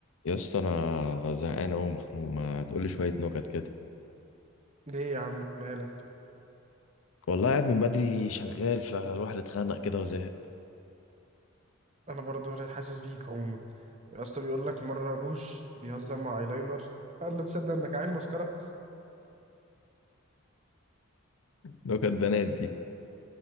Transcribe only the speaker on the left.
يا اسطى انا زهقان قوي مخنوق ما تقولي شويه نكت كده
والله قاعد من بدري شغال فالواحد اتخانق كده وزهق
نكت بنات دي